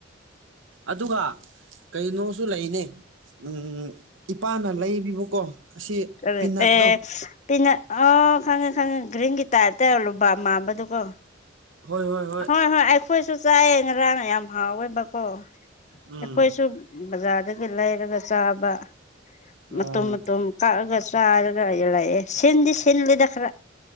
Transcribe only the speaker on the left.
ꯀꯔꯤ
ꯑꯦ ꯄꯤꯅ ꯑꯣ ꯈꯪꯉꯦ ꯈꯪꯉꯦ ꯒ꯭ꯔꯤꯟꯒꯤ ꯇꯥꯏꯞꯇ ꯂꯨꯕꯥ ꯃꯥꯟꯕꯗꯨꯀꯣ
ꯍꯣꯏ ꯍꯣꯏ ꯑꯩꯈꯣꯏꯁꯨ ꯆꯥꯏꯑꯦ ꯉꯔꯥꯡ ꯌꯥꯝ ꯍꯥꯎꯋꯦꯕꯀꯣ
ꯑꯩꯈꯣꯏꯁꯨ ꯕꯖꯥ꯭ꯔꯗꯒ ꯂꯩꯔꯒ ꯆꯥꯕ
ꯃꯇꯨꯝ ꯃꯇꯨꯝ ꯀꯛꯑꯒ ꯁ ꯆꯥꯔꯒ ꯂꯩꯌꯦ ꯁꯤꯟꯗꯤ ꯁꯤꯜꯂꯤ ꯈꯔꯥ